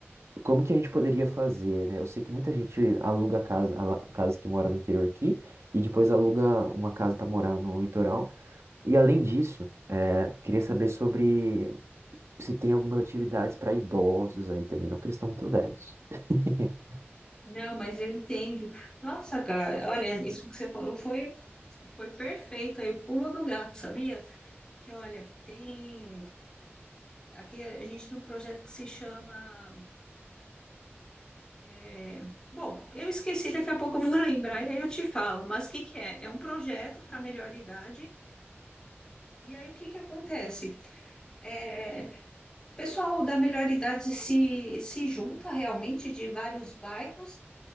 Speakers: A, on the right (about 90°); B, on the left (about 15°).
A: como que a gente poderia fazer, né? Eu sei que muita gente aluga casa, ala- casa que mora no interior aqui, e depois aluga uma casa para morar no litoral. E além disso, é, queria saber sobre se tem algumas atividades para idosos aí também, não que eles estão muito velhos. <laughs>
B: Não, mas eu entendo. Nossa, cara, olha, isso que você falou foi, foi perfeito. Aí o pulo do gato, sabia? Que olha, tem. Aqui a gente tem um projeto que se chama. é, Bom, eu esqueci, daqui a pouco eu vou lembrar e aí eu te falo. Mas o que que é? É um projeto para melhor idade. E aí o que que acontece? É, o pessoal da melhor idade se, se junta realmente de vários bairros.